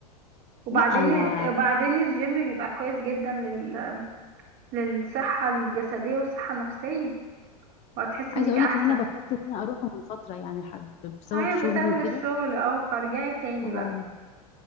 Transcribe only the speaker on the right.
وبعدين
وبعدين الجيم بيبقى كويس جدا لل... للصحه الجسديه والصحه النفسيه وهتحسي
انك
احسن
ايوه
بسبب
الشغل اه فارجعي تاني
بقى